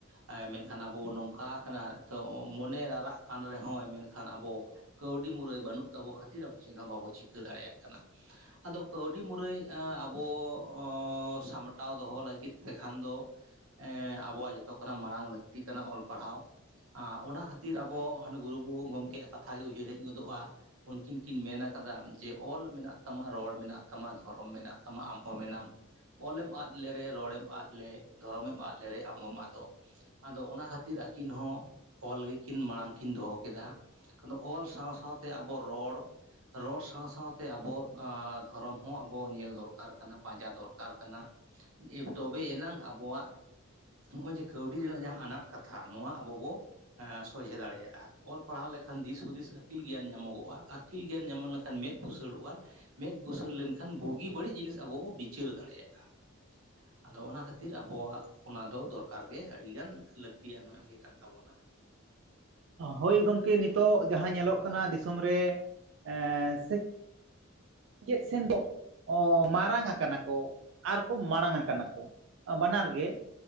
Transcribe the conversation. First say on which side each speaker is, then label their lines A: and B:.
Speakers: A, on the right; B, on the right.
A: ᱦᱮᱸ ᱢᱮᱱᱠᱷᱟᱱ ᱟᱵᱚ ᱱᱚᱝᱠᱟ ᱟᱠᱟᱱᱟ ᱱᱤᱛᱚᱜ ᱢᱚᱱᱮ ᱨᱟᱨᱟᱜ ᱠᱟᱱ ᱨᱮᱦᱚᱸᱭ ᱢᱮᱱᱠᱷᱟᱱ ᱟᱵᱚ ᱠᱟᱹᱣᱰᱤ ᱢᱩᱨᱟᱹᱭ ᱵᱟᱹᱱᱩᱜ ᱛᱟᱵᱚ ᱠᱷᱟᱹᱛᱤᱨ ᱟᱵᱚ ᱪᱮᱫ ᱦᱚᱸ ᱵᱟᱵᱚ ᱪᱤᱠᱟᱹ ᱫᱟᱲᱮᱭᱟᱜ ᱠᱟᱱᱟ ᱾ ᱟᱫᱚ ᱠᱟᱹᱣᱰᱤ ᱢᱩᱨᱟᱹᱭ ᱮᱸᱜ ᱟᱵᱚ ᱚᱻ ᱥᱟᱢ ᱴᱟᱣ ᱫᱚᱦᱚ ᱞᱟᱹᱜᱤᱫ ᱛᱮᱠᱷᱟᱱ ᱫᱚ ᱮᱸ ᱟᱵᱚᱣᱟᱜ ᱡᱚᱛᱚ ᱠᱷᱚᱱᱟᱜ ᱢᱟᱲᱟᱝ ᱞᱟᱹᱠᱛᱤ ᱠᱟᱱᱟ ᱚᱞ ᱯᱟᱲᱦᱟᱣ ᱾ ᱟᱸᱜ ᱚᱱᱟ ᱠᱷᱟᱹᱛᱤᱨ ᱟᱵᱚ ᱦᱟᱸᱱᱮ ᱜᱩᱨᱩ ᱜᱚᱢᱠᱮᱭᱟᱜ ᱠᱟᱛᱷ ᱜᱮ ᱩᱭᱦᱟᱹᱨ ᱦᱮᱡ ᱜᱚᱫᱚᱜ-ᱟ, ᱩᱱᱠᱤᱱ ᱠᱤᱱ ᱢᱮᱱ ᱠᱟᱫᱟ, ᱡᱮ ᱚᱞ ᱢᱮᱱᱟᱜ ᱛᱟᱢᱟ ᱨᱚᱲ ᱢᱮᱱᱟᱜ ᱛᱟᱢᱟ ᱫᱷᱚᱨᱚᱢ ᱢᱮᱱᱟᱜ ᱛᱟᱢᱟ ᱟᱢᱦᱚᱸ ᱢᱮᱱᱟᱢ, ᱚᱞᱮᱢ ᱟᱫ ᱞᱮᱨᱮ ᱨᱚᱲᱮᱢ ᱟᱫ ᱞᱮ ᱫᱷᱚᱨᱚᱢ ᱮᱢ ᱟᱫ ᱞᱮᱨᱮ ᱟᱢᱦᱚᱢ ᱟᱫᱚᱜ ᱾ ᱟᱫᱚ ᱚᱱᱟ ᱠᱷᱟᱹᱛᱤᱨ ᱟᱹᱠᱤᱱ ᱦᱚᱸ ᱠᱚᱞ ᱜᱮᱠᱤᱱ ᱢᱟᱲᱟᱝ ᱠᱤᱱ ᱫᱚᱦᱚ ᱠᱮᱫᱟ, ᱟᱫᱚ ᱚᱞ ᱥᱟᱶᱼᱥᱟᱶᱛᱮ ᱟᱵᱚ ᱨᱚᱲ ᱨᱚᱲ ᱥᱟᱶᱼᱥᱟᱶᱛᱮ ᱟᱵᱚ ᱟᱻ ᱫᱷᱚᱨᱚᱢ ᱦᱚᱸ ᱟᱵᱚᱣᱟᱜ ᱧᱮᱞ ᱫᱚᱨᱠᱟᱨ ᱠᱟᱱᱟ ᱯᱟᱸᱡᱟ ᱫᱚᱨᱠᱟᱨ ᱠᱟᱱᱟ ᱾ ᱮ ᱛᱚᱵᱮ ᱮᱱᱟᱝ ᱟᱵᱚᱣᱟᱜ ᱱᱚᱜᱼᱚᱭ ᱡᱮ ᱠᱟᱹᱣᱰᱤ ᱨᱮᱱᱟᱜ ᱡᱟᱦᱟᱸ ᱟᱱᱟᱴ ᱠᱟᱛᱷᱟ ᱱᱚᱣᱟ ᱟᱵᱚ ᱵᱚ ᱟᱸ ᱥᱚᱡᱷᱮ ᱫᱟᱲᱮᱭᱟᱜ-ᱟ, ᱚᱞ ᱯᱟᱲᱦᱟᱣ ᱞᱮᱠᱷᱟᱱ ᱫᱤᱥ ᱦᱩᱫᱤᱥ ᱟᱹᱠᱤᱞ ᱜᱮᱭᱟᱱ ᱧᱟᱢᱚᱜᱚᱜ-ᱟ, ᱟᱹᱠᱤᱞ ᱜᱮᱭᱟᱱ ᱧᱟᱢ ᱞᱮᱱᱠᱷᱟᱱ ᱢᱮᱸᱫ ᱵᱩᱥᱟᱹᱲᱚᱜ-ᱟ, ᱢᱮᱫ ᱵᱩᱥᱟᱹᱲ ᱞᱮᱱᱠᱷᱟᱱ ᱵᱩᱜᱤ ᱵᱟᱹᱲᱤᱡ ᱡᱤᱱᱤᱥ ᱟᱵᱚ ᱵᱚᱱ ᱵᱤᱪᱟᱹᱨ ᱫᱟᱲᱮᱭᱟᱜ-ᱟ ᱾ ᱟᱫᱚ ᱚᱱᱟ ᱠᱷᱟᱹᱛᱤᱨ ᱟᱵᱚᱣᱟᱜ ᱚᱱᱟ ᱫᱚ ᱫᱚᱨᱠᱟᱨ ᱜᱮ ᱟᱹᱰᱤᱜᱟᱱ ᱞᱟᱹᱠᱛᱤᱭᱟᱱᱟᱜ ᱜᱮ ᱠᱟᱱ ᱛᱟᱵᱚᱱᱟ ᱾
B: ᱦᱳᱭ ᱜᱚᱢᱠᱮ ᱱᱤᱛᱚᱜ ᱡᱟᱦᱟᱸ ᱧᱮᱞᱚᱜ ᱠᱟᱱᱟ ᱫᱤᱥᱚᱢ ᱨᱮ ᱮᱸᱻ ᱥᱮ ᱪᱮᱫ ᱥᱮᱱ ᱫᱚ ᱢᱟᱨᱟᱝ ᱟᱠᱟᱱᱟ ᱠᱚ, ᱟᱨ ᱠᱚ ᱢᱟᱲᱟᱝ ᱟᱠᱟᱱᱟ ᱠᱚ ᱾ ᱵᱟᱱᱟᱨ ᱜᱮ